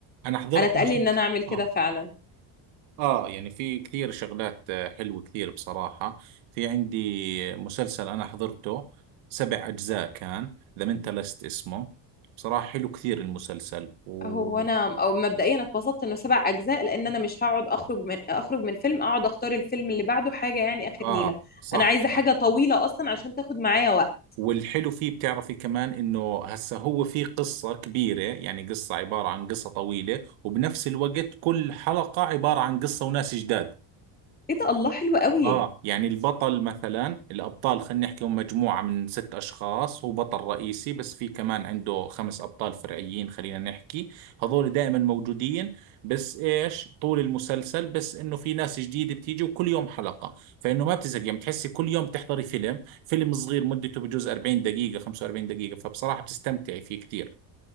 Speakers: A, on the right; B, on the left.
A: انا حضرت
B: انا اتقال
A: مسلسل
B: لي ان انا اعمل كده
A: آه
B: فعلا
A: آه يعني في كثير شغلات آه، حلوة كثير بصراحة في عندي مسلسل أنا حضرته سبع أجزاء كان ذا منتالست اسمه بصراحة حلو كثير المسلسل و...
B: هو انا او مبدئيا اتبسطت انه سبع اجزاء لان انا مش هقعد اخرج من اخرج من فيلم اقعد اختار الفيلم اللي بعده حاجه يعني اخر
A: آه
B: نيله
A: صح
B: انا عايزه حاجه
A: صح
B: طويله اصلا عشان تاخد معايا وقت
A: والحلو فيه بتعرفي كمان إنه هسا هو في قصة كبيرة يعني قصة عبارة عن قصة طويلة وبنفس الوقت كل حلقة عبارة عن قصة وناس جداد
B: ايه ده الله حلو قوي
A: اه يعني البطل مثلا الابطال خلينا نحكي هم مجموعة من ست اشخاص هو بطل رئيسي بس في كمان عنده خمس ابطال فرعيين خلينا نحكي هذول دائما موجودين بس ايش طول المسلسل بس انه في ناس جديدة بتيجي وكل يوم حلقة فانه ما بتزهق يعني بتحسي كل يوم بتحضري فيلم فيلم صغير مدته بجوز 40 دقيقة 45 دقيقة فبصراحة بتستمتعي فيه كثير